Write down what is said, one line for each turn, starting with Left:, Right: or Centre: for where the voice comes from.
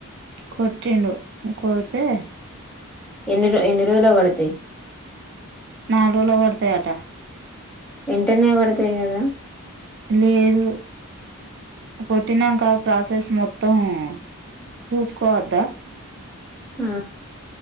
Right: కొటిండు కొడితే
Centre: ఎన్ని రో ఎన్ని రోజుల పడతాయి
Right: నారోల్ల పడతాయి అట
Centre: ఎంటనే పడతాయి కదా
Right: లేదు కొట్టినంక ప్రాసస్ మొత్ తమ్ చూస్ కోవద్దా
Centre: ఆ